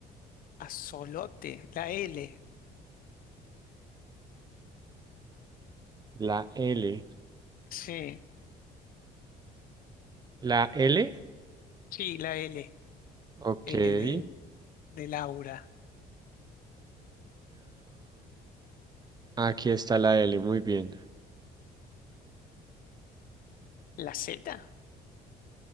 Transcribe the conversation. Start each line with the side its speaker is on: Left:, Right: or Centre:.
Left: azolote, la L.
Right: La L.
Left: Sí,
Right: La L.
Left: sí, la L,
Right: Ok.
Left: L
Right: Eh,
Left: de, de Laura.
Right: aquí está la L. Muy bien.
Left: ¿La Z?